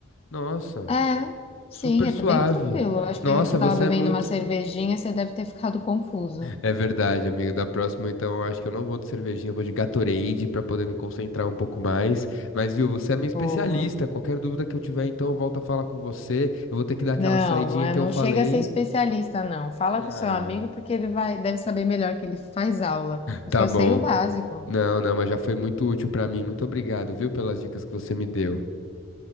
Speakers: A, on the left; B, on the left.
A: Nossa,
B: É, sim,
A: super
B: é
A: suave.
B: bem tranquilo. Eu acho
A: Nossa,
B: que você estava
A: você
B: bebendo
A: é muito
B: uma cervejinha, você deve ter ficado confuso.
A: É verdade, amigo. Da próxima, então, eu acho que eu não vou de cervejinha, eu vou de Gatorade pra poder me concentrar um pouco mais. Mas, viu, você é minha especialista.
B: Boa.
A: Qualquer dúvida que eu tiver, então, eu volto a falar com você. Eu vou ter que dar aquela
B: Não,
A: saidinha
B: não é,
A: que
B: não
A: eu falei.
B: chega a ser especialista, não. Fala
A: Ah,
B: com o seu amigo porque ele vai, deve saber melhor que ele faz aula. Eu
A: tá
B: só
A: bom.
B: sei o básico.
A: Não, não, mas já foi muito útil pra mim. Muito obrigado, viu, pelas dicas que você me deu.